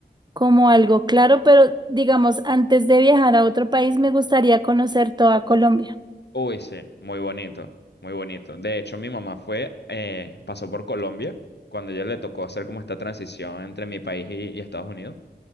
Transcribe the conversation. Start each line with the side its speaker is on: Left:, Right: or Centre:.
Right: como algo claro, pero digamos, antes de viajar a otro país, me gustaría conocer toda Colombia.
Left: OS, muy bonito, muy bonito. De hecho, mi mamá fue, eh, pasó por Colombia, cuando ella le tocó hacer como esta transición entre mi país y, y Estados Unidos.